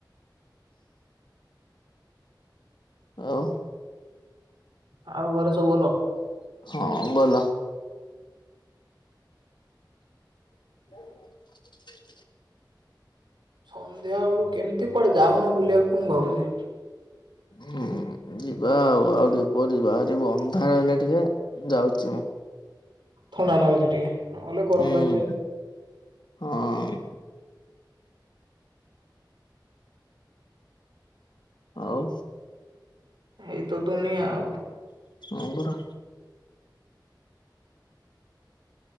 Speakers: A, on the left (about 75°); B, on the right (about 75°).
A: ଆଉ
B: ଆଉ ଘରେ ସବୁ ଭଲ?
A: ହଁ ଭଲ। <unintelligible>
B: ସନ୍ଧ୍ୟା ବେଳୁ କେମିତି କୁଆଡେ ଯାଉନ ବୁଲିବାକୁ ମୁଁ ଭାବୁଛି?
A: ହୁଁ ଯିବା, ଆଉ ଆଉ ଟିକେ ପରେ ବାହାରିବୁ। ଅନ୍ଧାର ହେଲେ ଟିକେ ଯାଉଛି ମୁଁ।
B: ଥଣ୍ଡା ଲାଗୁଛି ଟିକେ, ନହେଲେ ଗରମ
A: ହୁଁ
B: ଲାଗୁଛି ଆଉ।
A: ହଁ ଅଁ। ଆଉ
B: ଏଇତ ଦୁନିଆ ଆଉ।
A: ହଁ ପରା।